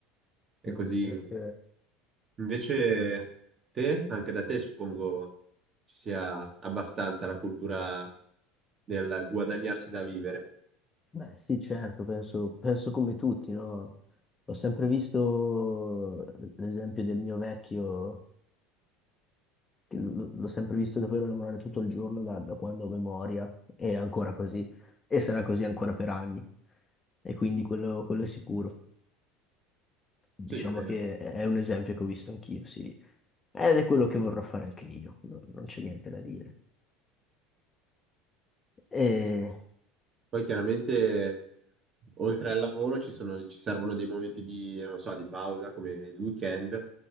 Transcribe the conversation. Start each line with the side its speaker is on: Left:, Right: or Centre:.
Left: Mm,
Right: E così.
Left: ok.
Right: Invece te, anche da te suppongo ci sia abbastanza la cultura del guadagnarsi da vivere.
Left: Beh, sì, certo, penso, penso come tutti, no? Ho sempre visto eh, l'esempio del mio vecchio, che l- l'ho sempre visto davvero lavorare tutto il giorno da, da quando ho memoria, e ancora così, e sarà così ancora per anni, e quindi quello, quello è sicuro. Diciamo
Right: Sì, è vero.
Left: che è un esempio che ho visto anch'io, sì, ed è quello che vorrò fare anche io, non, non c'è niente da dire. E,
Right: Poi chiaramente oltre al lavoro ci sono- ci servono dei momenti di, non so, di pausa come il weekend